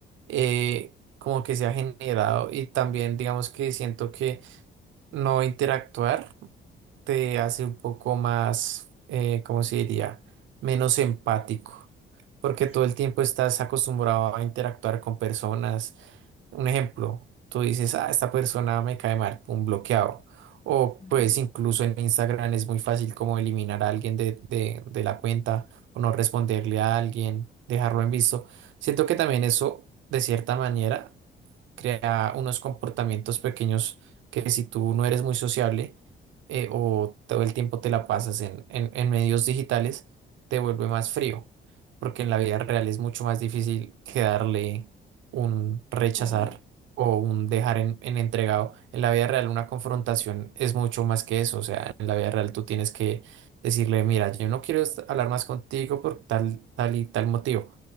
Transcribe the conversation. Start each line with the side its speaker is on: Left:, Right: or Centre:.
Right: eh, como que se ha generado y también digamos que siento que no interactuar. te hace un poco más, eh, ¿cómo se diría? Menos empático, porque
Left: Sí.
Right: todo el tiempo estás acostumbrado a interactuar con personas. Un ejemplo, tú dices, ah, esta persona me cae mal, un bloqueado. O
Left: Ujú.
Right: pues incluso en Instagram es muy fácil como eliminar a alguien de, de, de la cuenta o no responderle a alguien, dejarlo en visto. Siento que también eso, de cierta manera, crea unos comportamientos pequeños que si tú no eres muy sociable eh, o todo el tiempo te la pasas en, en, en medios digitales, te vuelve más frío, porque en la vida real es mucho más difícil que darle un rechazar
Left: Sí,
Right: o un dejar en, en entregado. En la vida real una confrontación es mucho más que eso, o sea, en la vida real tú
Left: sí,
Right: tienes que decirle, mira, yo no quiero est- hablar más contigo por tal, tal y tal motivo.